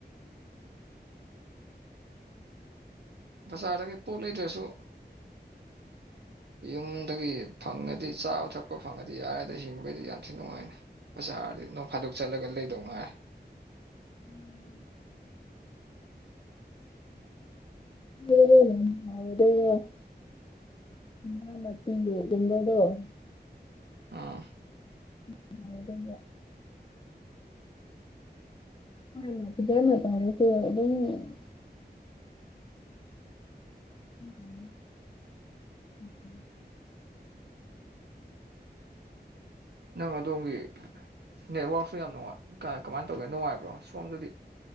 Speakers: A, on the right (about 70°); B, on the left (about 30°).
A: ꯕꯖꯥꯔꯗꯒ ꯄꯣꯠ ꯂꯩꯗ꯭ꯔꯁꯨ
B: <inaudible>
A: ꯌꯨꯝꯗꯒꯤ ꯐꯪꯉꯗꯤ ꯆꯥꯕ ꯊꯛꯄ ꯐꯪꯉꯗꯤ ꯌꯥꯔꯗꯥ ꯍꯤꯡꯕꯩꯗꯤ ꯌꯥꯝ ꯊꯤꯅ ꯅꯨꯡꯉꯥꯏꯅ ꯕꯖꯥꯔꯗꯤ ꯅꯣꯡ ꯐꯥꯗꯣꯛ ꯆꯠꯂꯒ ꯂꯩꯗꯧ ꯉꯥꯏ꯫
B: ꯎꯝ꯫ <unintelligible> <unintelligible>
A: ꯑꯥ
B: <unintelligible> <unintelligible> <unintelligible> <inaudible>
A: ꯅꯪ ꯑꯗꯣꯝꯒꯤ ꯅꯦꯠꯋꯥꯔꯛꯁꯨ ꯌꯥꯝ ꯅꯨꯉꯥꯏ ꯀꯃꯥꯏꯅ ꯇꯧꯒꯦ ꯅꯨꯡꯉꯥꯏꯕ꯭ꯔꯣ ꯁꯣꯝꯗꯗꯤ